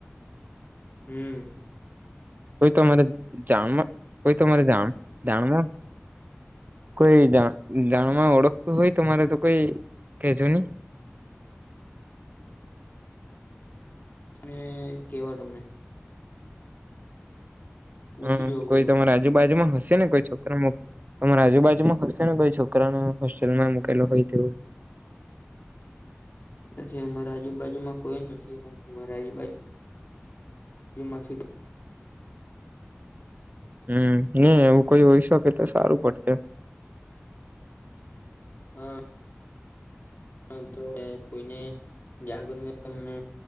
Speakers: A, on the left; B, on the right.
A: હમ્મ
B: હોયે તો માને ચાનમ કોઈ તમારી મારે જામ જાણમાં કોઈ જા જાણમાં ઓળખતું હોય તમારે તો કોઈ કહેજો ની
A: અને કેવા તમને પૂછી
B: હમ્મ
A: જો કોઈને
B: કોઈ તમારા આજુબાજુમાં હશે હશે ને કોઈ છોકરા મો તમારા આજુબાજુમાં હશે ને કોઈ છોકરાને હોસ્ટેલમાં મુકેલો હોય તેવુ
A: નથી અમારા આજુબાજુમાં કોઈ નથી હું અમારા આજુબાજુ જેમાંથી
B: હમ્મ ની એવું કોઈ હોય શકે તો સારું પડતે
A: હા હાલ તો કોઈને જાણ કરીને તમને